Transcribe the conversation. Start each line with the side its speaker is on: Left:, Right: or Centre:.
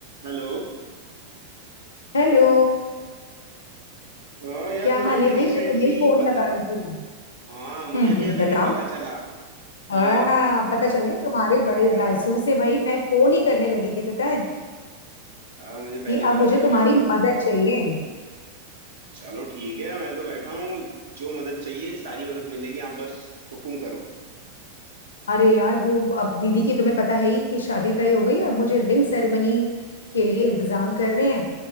Right: हेलो
Left: हेलो
Right: हाँ यार
Left: क्या
Right: मुझे
Left: हाल
Right: अभी
Left: है भाई
Right: रिसेंटली
Left: मैं तुम्हें ही फोन
Right: पता
Left: लगा रही थी
Right: हाँ मुझे
Left: हम्म
Right: भी
Left: हम्म,
Right: अभी
Left: बताओ
Right: भी पता चला कि
Left: आ, पता चल गया तुम्हारे बड़े
Right: हाँ
Left: जासूस हैं भाई मैं फोन ही करने लगी थी पता है
Right: हाँ, मुझे पहले
Left: कि
Right: ही पता
Left: अब मुझे
Right: चल
Left: तुम्हारी
Right: गया
Left: मदद चाहिए
Right: चलो ठीक है मैं तो बैठा हूँ जो मदद चाहिए सारी मदद मिलेगी आप बस हुकुम करो
Left: अरे यार वो अब दीदी की तुम्हें पता है ही कि शादी तय हो गई है अब मुझे रिंग सेरेमनी के लिए इंतजाम करने हैं